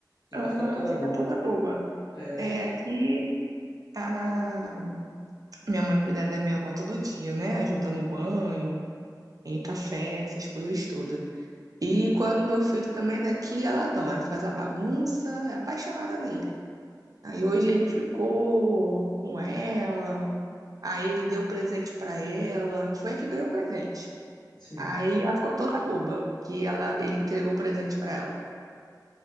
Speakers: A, on the left; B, on the right.
A: e
B: Aham,
A: ela fica toda
B: fica
A: boba.
B: toda boba.
A: É,
B: É, aqui a minha mãe cuida da minha avó todo dia, né? Ajuda no banho, em café, essas coisas todas. E quando meu filho também tá aqui, ela adora, faz a bagunça, é apaixonada nele. Aí hoje ele ficou com ela, aí ele deu presente pra ela, foi a que ganhou o presente.
A: sim.
B: Aí ela ficou toda boba que ela, ele entregou o presente pra ela.